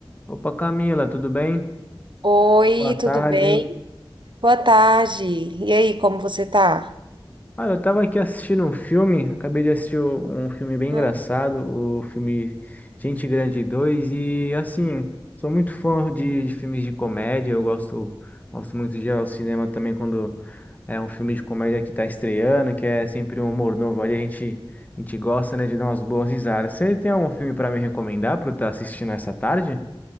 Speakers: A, on the left; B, on the right.
A: Opa, Camila, tudo bem?
B: Oi,
A: Boa tarde.
B: tudo bem? Boa tarde. E aí, como você tá?
A: Olha, eu tava aqui assistindo um filme, acabei de assistir o- um filme bem engraçado,
B: Ah,
A: o filme Gente Grande 2, e assim, sou muito fã de, de filmes de comédia, eu gosto, gosto muito de ir ao cinema também quando é um filme de comédia que tá estreando, que é sempre um humor novo ali, a gente, a gente gosta, né, de dar umas boas risadas. Você tem algum filme pra me recomendar pra eu estar assistindo essa tarde?